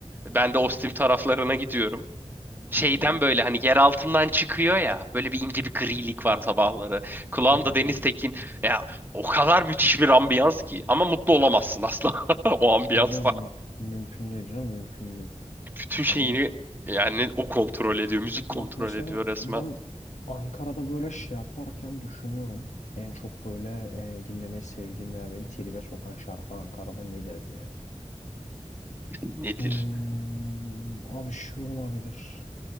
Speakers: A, on the right (about 15°); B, on the left (about 75°).
A: Ben de Ostim taraflarına gidiyorum. Şeyden
B: hı hı.
A: böyle hani yer altından çıkıyor ya böyle bir ince bir grilik var sabahları. Kulağımda
B: Aha.
A: Deniz Tekin ya o kadar müthiş bir ambiyans ki ama mutlu olamazsın asla <laughs> o ambiyansa.
B: Hocam müm- mümkün değil canım. Mümkün değil.
A: Bütün şeyini
B: Hani
A: yani o kontrol ediyor müzik kontrol
B: Bak mesela
A: ediyor resmen.
B: ben Ankara'da böyle şey yaparken düşünüyorum. En çok böyle e, dinlemeyi sevdiğim veya beni tribe sokan şarkı Ankara'da nedir diye.
A: Nedir?
B: Hmm, abi şu olabilir.